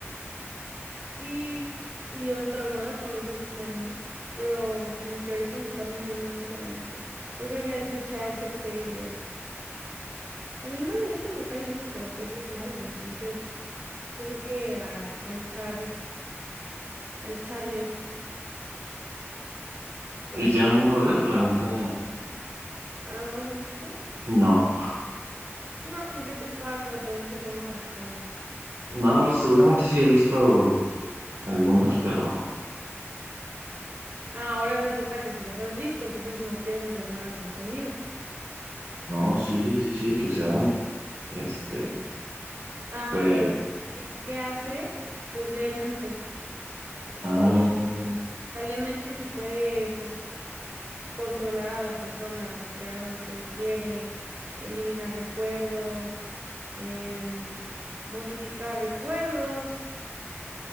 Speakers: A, on the right; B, on the right.
A: Sí, y yo traumada con los X-Men, ¿no? Pero como que ahorita me están viniendo mucho a la mente. Yo creo que este Charles Xavier. También Magneto me cae bien, pero pues es malo, entonces yo creo que al, al Charles, al Charles.
B: ¿Y tiene algún poder? La neta,
A: Ah, ¿No los has visto?
B: no.
A: No, ¿qué te pasa? Tenemos que hacer maratón.
B: No,
A: Eh,
B: pues seguramente sí he visto algunas, pero
A: Ah, ahora resulta que si las has visto, entonces no quieres hacer maratón conmigo.
B: no, sí, sí, sí, que se arme. Este,
A: Ah, Ah,
B: pero,
A: bueno, pero ¿qué, qué- qué hace? Pues lee mentes.
B: ah,
A: Y o sea, lee mentes y puede, pues, controlar a las personas o que hagan lo que él quiere, eliminar recuerdos, em, modificar recuerdos.